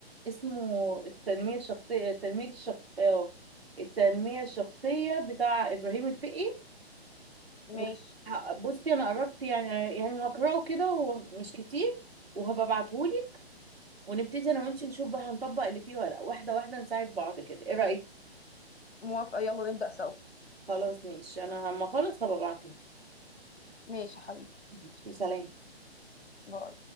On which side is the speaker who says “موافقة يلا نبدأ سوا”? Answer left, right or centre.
Left